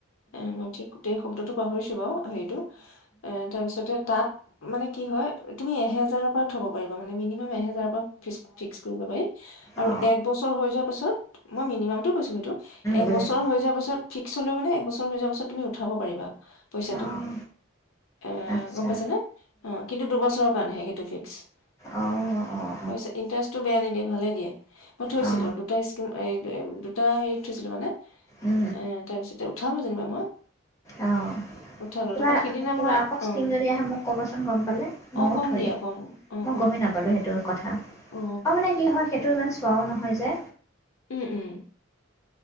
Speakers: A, on the left; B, on the left.
A: এ মই ঠিক গোটেই শব্দটো পাহৰিছো বাও হেৰিটো এ তাৰপিছতে তাত মানে কি হয় তুমি এহেজাৰৰ পৰা থব পাৰিব মানে মিনিমাম এহেজাৰৰ পৰা ফিছ ফিক্স কৰিব পাৰি
B: অঁ
A: আৰু এক বছৰ হৈ যোৱা পাছত মই মিনিমামটো কৈছো সেইটো এক
B: বুজিছোঁ
A: বছৰ হৈ যোৱা পাছত ফিক্স হ'লেও মানে একবছৰ হৈ যোৱাৰ পাছত তুমি উঠাব পাৰিবা পইচাটো
B: অঁ
A: এ
B: আচ্ছা
A: গম পাইছা নে অ কিন্তু দুবছৰৰ কাৰণেহে সেইটো ফিক্স পইচা
B: অঁ অঁ অঁ
A: ইণ্টাৰেষ্টটো বেয়া নিদিয়ে ভালে দিয়ে মই থৈছিলো
B: অঁ
A: দুটা স্কিম দুটা হেৰিত থৈছিলো মানে এ
B: অঁ
A: তাৰপিছতে উঠালোঁ যেনিবা মই
B: অ
A: উঠালো
B: কিবা
A: তাৰপৰা সিদিনা
B: কিবা
A: মই
B: আকৌ
A: অ
B: স্কিম যদি আহে মোক ক'বচোন গম পালে ময়ো
A: অ কম
B: থৈ
A: দিয়া
B: দিম
A: কম অ
B: মই
A: কম
B: গমেই
A: কম
B: নাপালোঁ হেত তু কথা
A: অ
B: আও মানে কি হয় সেইটো ইমান চোৱাও নহয় যে
A: উম উম